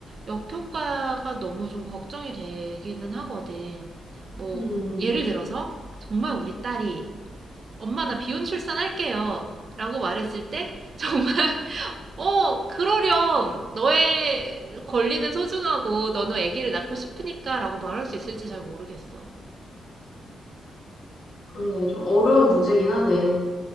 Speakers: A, on the right; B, on the left.
A: 역효과가 너무 좀 걱정이 되기는 하거든. 뭐,
B: 음, 음,
A: 예를 들어서, 정말 우리 딸이, 엄마 나 비혼 출산할게요. 라고 말했을 때, 정말, <laughs> 어, 그러렴. 너의 권리는 소중하고, 너는 아기를 낳고 싶으니까 라고 말할 수 있을지 잘 모르겠어.
B: 그러네. 좀 어려운 문제긴 하네.